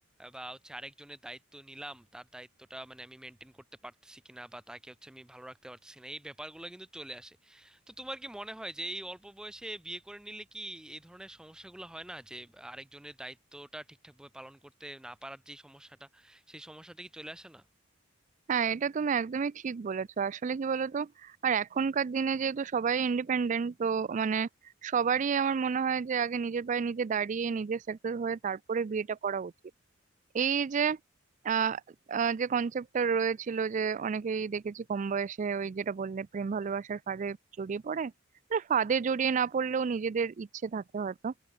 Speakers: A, in the centre; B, on the right.
A: বা হচ্ছে আরেকজনের দায়িত্ব নিলাম তার দায়িত্বটা মানে আমি মেনটেন করতে পারতেছি কিনা বা তাকে হচ্ছে আমি ভালো রাখতে পারতেছি না এই ব্যাপারগুলো কিন্তু চলে আসে তো তোমার কি মনে হয় যে এই অল্প বয়সে বিয়ে করে নিলে কি এই ধরনের সমস্যাগুলো হয় না যে আরেকজনের দায়িত্বটা ঠিকঠাকভাবে পালন করতে না পারার যে সমস্যাটা সেই সমস্যাটা কি চলে আসে না
B: হ্যাঁ এটা তুমি একদমই ঠিক বলেছো আসলে কি বলতো আর এখনকার দিনে যেহেতু সবাই ইন্ডিপেন্ডেন্ট তো মানে সবারই আমার মনে হয় যে আগে নিজের পায়ে নিজে দাঁড়িয়ে নিজে সেটেল হয়ে তারপরে বিয়েটা করা উচিত এই যে আহ আহ, যে কনসেপ্টটা রয়েছিল যে অনেকেই দেখেছি কম বয়সে ওই যেটা বললে প্রেম ভালোবাসার ফাঁদে জড়িয়ে পড়ে মানে ফাঁদে জড়িয়ে না পড়লেও নিজেদের ইচ্ছে থাকে হয়তো